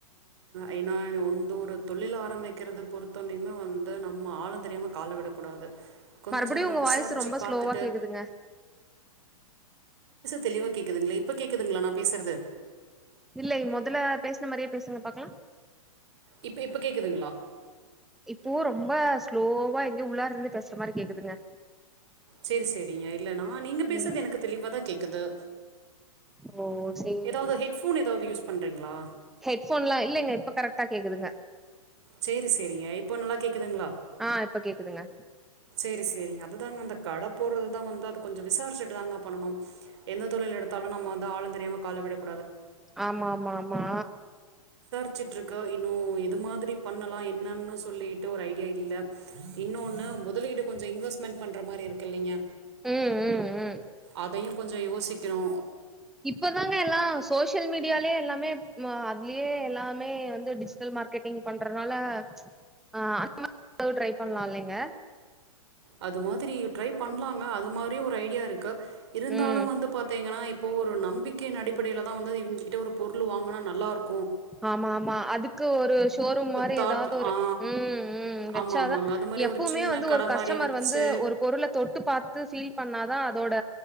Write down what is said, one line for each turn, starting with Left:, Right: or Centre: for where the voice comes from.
Right: ஐனா வொந்து ஒரு தொழில் ஆரம்பிக்கிறது பொறுத்தோன்யுமே வந்து நம்ம ஆழ தெரியாம கால விடக்கூடாது கொஞ்சம்
Centre: மறுபடியு
Right: எல்லாம்
Centre: உங்க
Right: விசாரித்து
Centre: வாய்ஸ் ரொம்ப
Right: பார்த்துட்டு
Centre: ஸ்லோவா கேக்குதுங்க
Right: தெளிவ் கேக்குதுங்ள இப்ப கேக்குதுங்ளா நா பேசுறது
Centre: இல்லை மொதல பேஸ்ன மாரியே பேசுங்க பாக்கலா
Right: இப்ப எப்ப கேக்குதுங்ளா
Centre: இப்போவு ரொம்ப ஸ்லோவா எங்கயோ உள்ளாரு இருந்து பேஸ்ற மாரி கேக்குதுங்க
Right: சேரி சேரிங்க இல்ல நா நீங்க பேஸ்றது
Centre: ம்
Right: எனக்கு தெளிவாதா கேக்குது
Centre: ஓ சேரிங்க
Right: ஏதாவ்து ஹெட்ஃபோன் ஏதாவ்து யூஸ் பண்றீங்ளா
Centre: ஹெட்ஃபோன்லா இல்லைங்க இப்ப கரெக்டா கேக்குதுங்க
Right: சேரி சேரிங்க இப்போ நல்லா கேக்குதுங்ளா
Centre: ஆ இப்ப கேக்குதுங்க
Right: சேரி சேரிங் அதுதாங் அந்த கட போட்றது தா வந் அது கொஞ்ச விசாரிச்சட்டு தாங்க பண்ணனு எந்த தொழில் எடுத்தாலு நம்ம வந்து ஆழ தெரியாம காலவிடக்
Centre: ஆமாமாமா
Right: சிட்டுருக்க இன்னு எது மாத்ரி பண்ணலா இன்னன்னு சொல்லிட்டு ஒரு ஐடியா இல்ல இன்னொன்னு முதலீடு கொஞ்ச இன்வெஸ்ட்மெண்ட் பண்ற மாரி இருக்குல்லிங்க
Centre: ம் ம் ம்
Right: அதையு கொஞ்ச யோசிக்கிணு
Centre: இப்பதாங்க எல்லா சோசியல் மீடியாலே எல்லாமே அதுல் யே எல்லாமே வந்து டிஜிட்டல் மார்க்கெட்டிங் பண்றதுனால அ <inaudible> ட்ரை பண்லா இல்லைங்க
Right: அது மாதுரி ட்ரை பண்லாங்க அது மாதுரியா ஒரு ஐடியா இருக்கு இருந்தாலு
Centre: ம்
Right: வந்து பாத்தீங்கனா இப்போ ஒ ஒரு நம்பிக்கையின் அடிப்படைல தா வந்து இவிங்கிட்ட ஒரு பொருள் வாங்குனா நல்லாருக்
Centre: ஆமா ஆமா அதுக்கு ஒரு ஷோரூம் மாரி
Right: தாட்ல
Centre: ஏதாவ்து ஒரு
Right: ஆ.
Centre: ம் ம் வச்சாதா
Right: ஆமா, ஆமாங்க. அது மாரி
Centre: எப்பவுமே
Right: ஒரு சின்ன
Centre: வந்து
Right: கட
Centre: ஒரு கஸ்டமர்
Right: மாரி வச்சு
Centre: வந்து து ஒரு பொருள தொட்டு பாத்து ஃசீல் பண்ணாதா அதோட